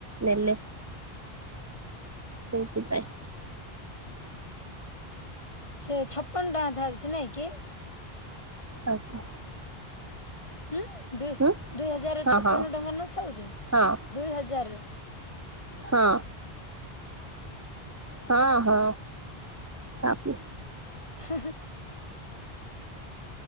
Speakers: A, on the right (about 25°); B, on the left (about 30°).
A: ନେଲେ ସେଇଥିପାଇଁ।
B: ସେ ଛପନ ଟଙ୍କା ଧରିଚି ନାଇଁକି।
A: ଆଉ
B: ହୁଁ ଦୁଇ
A: ହୁଁ
B: ଦୁଇ ହଜାର
A: ହଁ
B: ଛପନ
A: ହଁ
B: ଟଙ୍କା ନଥାଉଛି
A: ହଁ
B: ଦୁଇ ହଜାର।
A: ହଁ। ହଁ ହଁ ଖାଉଛି।
B: ହ <inaudible>